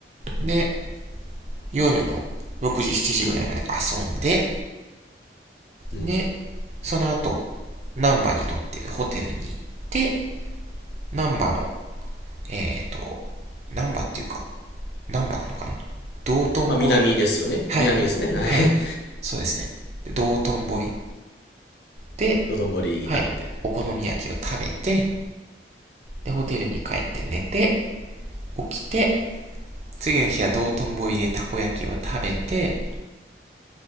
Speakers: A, on the right (about 40°); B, on the left (about 70°).
A: で、夜の6時、7時ぐらいまで遊んで、
B: うん。
A: で、その後、ン波にとってるホテルに行って、ン波の、えーと、南波っていうか、ン波なのかな道頓堀
B: まあ、南ですよね。
A: はい。
B: 南ですね。はい。
A: はい。
B: <laughs>
A: そうですね。で道頓堀で、
B: 道頓堀行かれて。
A: はい。
B: はい
A: お好み焼きを食べて、で、ホテルに帰って寝て、起きて、次の日は道頓堀でたこ焼きを食べて、